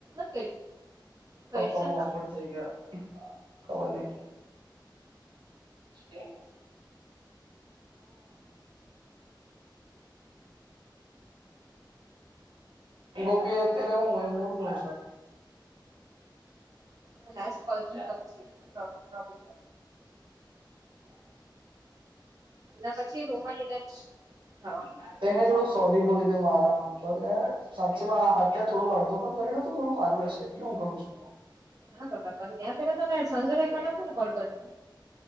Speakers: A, on the right; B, on the right.
A: કરી
B: પપ્પા
A: છે
B: બહુ
A: ને તમે?
B: ઓફવર્ડ થઈ ગયા ખબર નહી. હ.. <inaudible> પીહુ પીહુ ત્યારે હું હોય <unintelligible> પણ હોય છે.
A: આ લાસ્ટ
B: <inaudible>
A: કોલ છે ને તો પછી પ્રોબ્લેમ એના પછી રૂમમાં જઈને જ ખાવાનું.
B: તેને, થોડુંક સોરી બોલ. એટલે હું, આરામ પર યાર સાચેમાં અત્યારે થોડક અડધો પણ કરી લોઉ તો થોડું સારું રહેશે. એટલે હું કરું છું.
A: હા બાપા પેલા તમે સાંજને કોને કોલ કયોઁ.